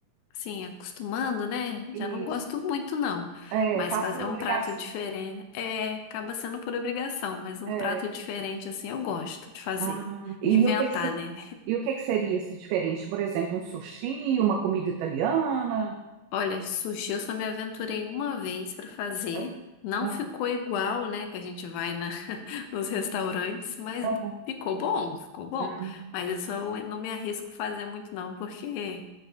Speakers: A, on the left; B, on the right.
A: assim, acostumando, né?
B: isso.
A: Já não gosto muito, não.
B: É,
A: Mas
B: faz
A: fazer
B: por obrigação.
A: um prato diferente, é, acaba sendo por obrigação, mas um
B: É.
A: prato diferente, assim, eu gosto de fazer,
B: Ah, e
A: de inventar,
B: o que que você
A: né?
B: E o que que seria esse diferente? Por exemplo, um sushi, uma comida italiana?
A: Olha, sushi eu só me aventurei uma vez pra fazer.
B: Ah,
A: Não
B: ah,
A: ficou igual, né? Que a gente vai na nos restaurantes, mas
B: ah,
A: ficou bom, ficou bom.
B: ah,
A: Mas isso eu não me arrisco fazer muito não, porque